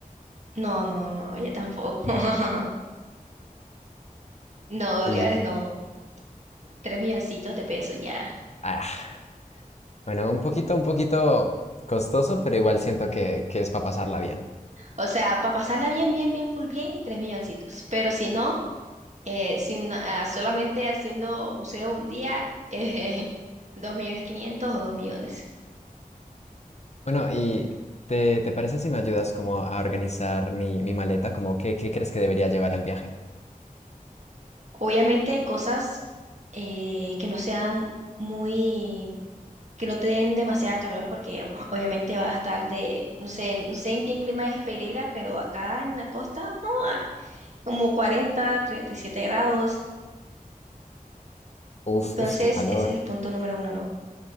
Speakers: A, on the right; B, on the left.
A: no, no, no, ya tampoco. <laughs> No, bolívares
B: Uy.
A: no. 3 milloncitos de pesos ya.
B: Ah, bueno, un poquito, un poquito costoso, pero igual siento que, que es para pasarla bien.
A: O sea, para pasarla bien, bien, bien, full bien, 3 milloncitos. Pero si no, eh, si no- ah, solamente haciendo buceo un día, eh, <laughs> 2 millones 500 o dos millones.
B: Bueno, ¿y te, te parece si me ayudas como a organizar mi, mi maleta? Como, ¿qué, qué crees que debería llevar al viaje?
A: Obviamente cosas eh, que no sean muy, que no te den demasiada calor porque <laughs> bueno, obviamente vas a estar de, no sé, no sé en qué clima es Pereira, pero acá en la costa, ¡ah! como cuarenta, treinta y siete grados.
B: Uf,
A: Entonces,
B: uf, qué calor.
A: ese es el punto número uno, ¿no?